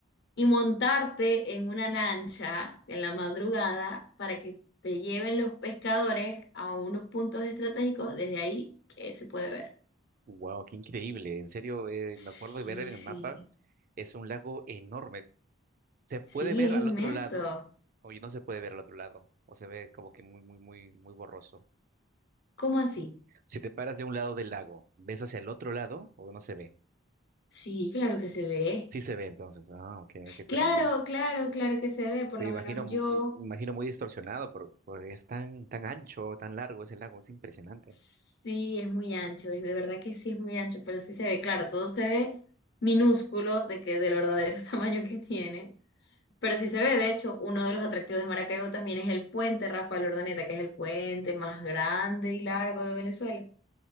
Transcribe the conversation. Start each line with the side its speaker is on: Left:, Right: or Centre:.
Left: y montarte en una lancha en la madrugada para que te lleven los pescadores a unos puntos estratégicos desde ahí que se puede ver.
Right: Wow, qué increíble. En serio, eh,
Left: Sí,
Right: me acuerdo de ver en
Left: sí,
Right: el mapa, es un lago enorme. Se puede
Left: sí,
Right: ver
Left: es inmenso.
Right: al otro lado, o no se puede ver al otro lado, o se ve como que muy, muy, muy, muy borroso.
Left: ¿Cómo así?
Right: Si te paras de un lado del lago, ¿ves hacia el otro lado o no se ve?
Left: Sí, claro que se ve.
Right: Sí se ve entonces. Ah, ok, ok,
Left: Claro,
Right: pero ma-
Left: claro, claro que se ve, por
Right: me
Left: lo
Right: imagino,
Left: menos
Right: m-
Left: yo
Right: m- imagino muy distorsionado porque, porque es tan, tan ancho, tan largo ese lago, es impresionante.
Left: sí es muy ancho, y de verdad que sí es muy ancho, pero sí se ve, claro, todo se ve minúsculo de que del verdadero <laughs> tamaño que tiene, pero sí se ve, de hecho, uno de los atractivos de Maracaibo también es el puente Rafael Urdaneta, que es el puente más grande y largo de Venezuela.